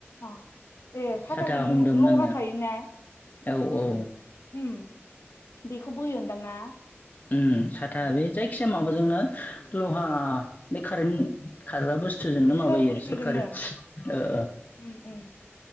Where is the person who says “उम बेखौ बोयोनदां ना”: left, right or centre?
Left